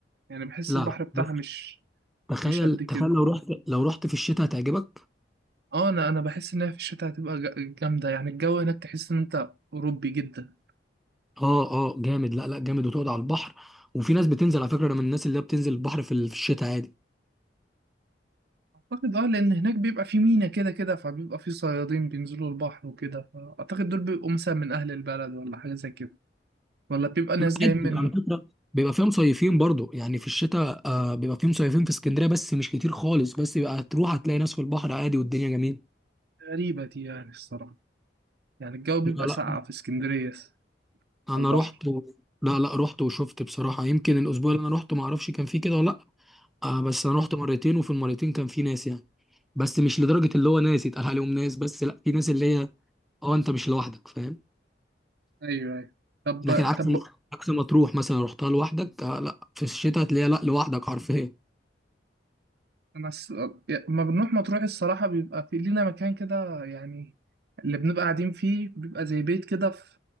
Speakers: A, on the right (about 60°); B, in the centre.
A: يعني بحس
B: لا
A: البحر
B: لا
A: بتاعها
B: بس
A: مش
B: تخيل
A: مش قد
B: تخيل
A: كده
B: لو رحت لو رحت في الشتاء هتعجبك
A: اه انا انا بحس ان هي في الشتاء هتبقى ج- جامده يعني الجو هناك تحس ان انت اوروبي جدا
B: اه اه جامد لا لا جامد وتقعد على البحر وفي ناس بتنزل على فكره انا من الناس اللي هي بتنزل البحر في ال- في الشتاء عادي
A: اعتقد اه لان هناك بيبقى في مينا كده كده فبيبقى في صيادين بينزلوا البحر وكده فاعتقد دول بيبقوا مثلا من اهل البلد ولا حاجه زي كده ولا بيبقى ناس
B: لا
A: جايين
B: عادي
A: من
B: على فكره بيبقى فيها مصيفين برضو يعني في الشتاء آه بيبقى فيه مصيفين في اسكندريه بس مش كتير خالص بس بيبقى هتروح هتلاقي ناس في البحر عادي والدنيا جميله
A: غريبه دي يعني الصراحه يعني الجو بيبقى
B: لا لا
A: ساقع في اسكندرية
B: انا
A: على البحر
B: رحت و... لا لا رحت وشفت بصراحه يمكن الاسبوع اللي انا رحته ما اعرفش كان فيه كده ولا لا آه بس انا رحت مرتين وفي المرتين كان فيه ناس يعني بس مش لدرجه اللي هو ناس يتقال عليهم ناس بس لا في ناس اللي هي اه انت مش لوحدك فاهم
A: أيوه أيوه طب
B: لكن عكس
A: طب
B: عكس ما تروح مثلا رحتها لوحدك آه لا في الشتاء هتلاقيها لا لوحدك حرفيا
A: أنا الس- لما بنروح مطروح الصراحة بيبقى في لينا مكان كده يعني اللي بنبقى قاعدين فيه بيبقى زي بيت كده في